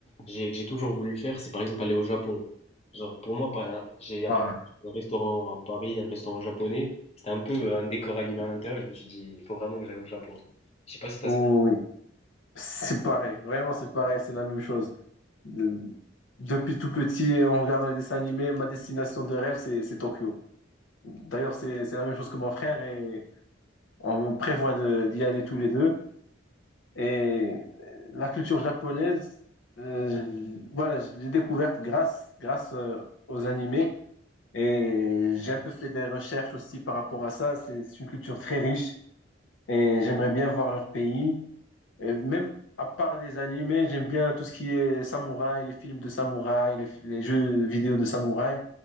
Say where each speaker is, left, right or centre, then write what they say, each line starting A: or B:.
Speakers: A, on the left; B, on the left.
A: j'ai- que j'ai toujours voulu faire, c'est par exemple aller au Japon. Genre, pour moi, par- j'ai il y a
B: Voilà.
A: pas- un restaurant à Paris, un restaurant japonais, c'était un peu euh, un décor animé à l'intérieur. et Je me suis dit, il faut vraiment que j'aille au Japon. Je sais pas si t'as...
B: Oh, oui, oui. c'est pareil. Vraiment, c'est pareil. C'est la même chose. De- Depuis tout petit, en regardant les dessins animés, ma destination de rêve, c'est c'est Tokyo. D'ailleurs, c'est c'est la même chose que mon frère et on prévoit de- d'y aller tous les deux. Et la culture japonaise, euh, voilà, je l'ai découverte grâce, grâce euh, aux animés. Et j'ai un peu fait des recherches aussi par rapport à ça. C'est c'est une culture très riche et j'aimerais bien voir leur pays. Et même à part les animés, j'aime bien tout ce qui est samouraï, les films de samouraï, les, les jeux vidéo de samouraï.